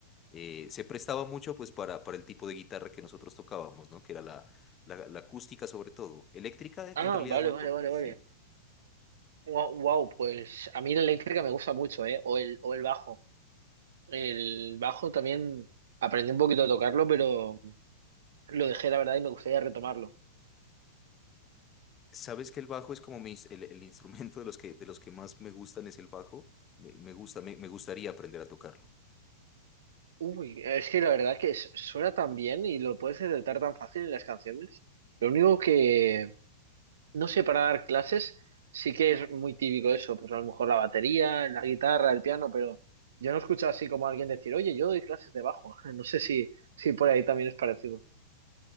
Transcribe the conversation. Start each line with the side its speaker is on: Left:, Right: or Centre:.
Left: Eh, se prestaba mucho pues para, para el tipo de guitarra que nosotros tocábamos, ¿no? Que era la, la, la acústica sobre todo. Eléctrica eh,
Right: Ah,
Left: en realidad
Right: vale,
Left: muy
Right: vale,
Left: poco,
Right: vale,
Left: sí.
Right: vale. Wow, pues a mí la eléctrica me gusta mucho, ¿eh? O el, o el bajo. El bajo también aprendí un poquito a tocarlo, pero lo dejé, la verdad, y me gustaría retomarlo.
Left: ¿Sabes que el bajo es como mi ins- el, el instrumento de los que, de los que más me gustan es el bajo? Me, me gusta, me me gustaría aprender a tocarlo.
Right: Uy, es que la verdad que es- suena tan bien y lo puedes detectar tan fácil en las canciones. Lo único que, no sé, para dar clases sí que es muy típico eso, pues a lo mejor la batería, la guitarra, el piano, pero yo no escucho así como alguien decir, oye, yo doy clases de bajo. <laughs> No sé si, si por ahí también es parecido.